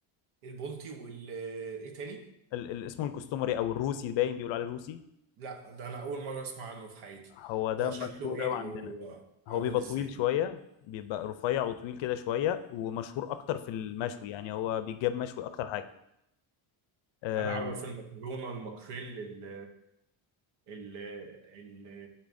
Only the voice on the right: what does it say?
البلطي وال ايه تاني
لا ده انا اول مرة اسمع عنه في حياتي
ده
شكله ايه
او
عامل
ازاي
انا اعرف المكرونة الماكريل ال ال ال